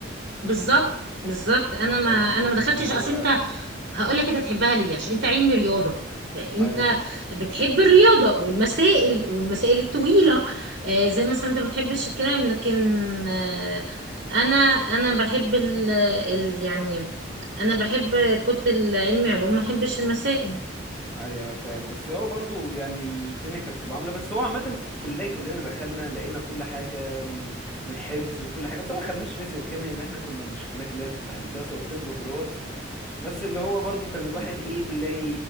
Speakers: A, on the right (about 65°); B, in the centre.
A: بالظبط بالظبط انا ما
B: فاهماني
A: انا ما دخلتش
B: اللي هو
A: اصل انت هقول لك انت تحبها ليه عشان انت علمي رياضه فانت
B: ايوه ايوه فاهم
A: بتحب الرياضه والمسائل والمسائل الطويله آه، زي مثلا انت ما بتحبش الكلام لكن آه، انا انا بحب ال ال- يعني انا بحب كنت العلمي علوم ما احبش المسائل
B: ايوه ايوه فاهم بس هو برضو يعني الدنيا كانت بتبقى عاملة بس هو عامة في الكلية كلنا دخلنا لقينا كل حاجة من من حفظ وكل حاجة بس ما خدناش فيزياء وكيمياء ان احنا كنا مش كليات اللي هي هندسة وطب وكدهوت بس اللي هو برضو كان الواحد ايه بيلاقي